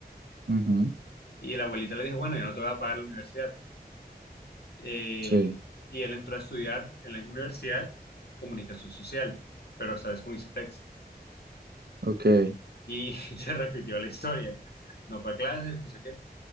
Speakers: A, on the right; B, on the left.
A: ujú,
B: y la abuelita le dijo, bueno, yo no te voy a pagar la universidad. Eh,
A: sí,
B: y él entró a estudiar en la misma universidad comunicación social, pero esta vez con ICETEX.
A: ok.
B: Y <laughs> se repitió la historia. No fue a clases, no sé qué.